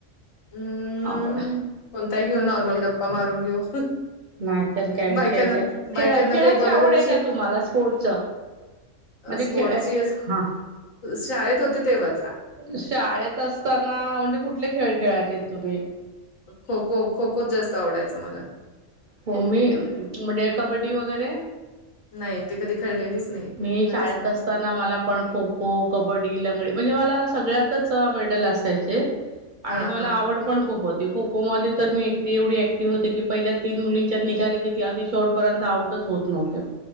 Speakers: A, on the left; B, on the right.
A: हम्म
B: आपण
A: कोणताही घेऊ, नॉर्मली गप्पा मारून घेऊ.
B: नाहीतर काय विषयाच
A: बायकांना
B: खेळा-
A: बायकांना
B: खेळाची
A: काही बोलायला
B: आवड
A: विषय
B: आहे का तुम्हाला स्पोर्टच? म्हणजे
A: स्पोर्टची
B: खेळा-खेळा हा
A: शाळेत होते तेव्हा
B: शाळेत असताना म्हणजे कुठले खेळ खेळायचे तुम्ही?
A: खोखो, खोखोच जास्त आवडायच मला.
B: हो मी म्हणजे, कबड्डी वगैरे
A: नाही ते कधी खेळलेलीच नाहीये,
B: मी
A: कधीच नाही.
B: शाळेत असताना मला पण खो-खो, कबड्डी, लंगडी म्हणजे मला सगळ्यातच मेडल असायचे.
A: हां
B: आणि मला
A: हां
B: पण खूप होती, खो-खो मध्ये तर मी एकटी एवढी ऍक्टिव्ह होते की पहिल्या तीन मुलींच्यात निघाली की ती अगदी शेवट पर्यंत आउटच होत नव्हत्या,